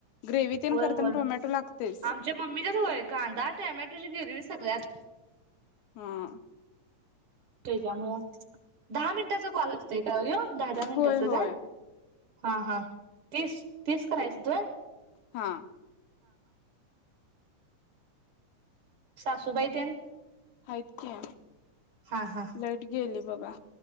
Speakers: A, on the left; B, on the right.
A: ग्रेव्ही तेन
B: होय-होय,
A: करताना टोमॅटो लागतेच
B: आमच्या मम्मीच्याच होय, कांदा टोमॅटोची वेगळीच सगळ्यात
A: हा.
B: त्याच्यामुळं, दहा मिनिटाचा कॉल आहे. काय यो, दहा-दहा मिनीटाचं
A: होय होय
B: का? हा हा तीच तीस करायचं होतो?
A: हा.
B: सासूबाई तेन
A: हाईत की या
B: हा हा
A: लाईट गेली बघ. का,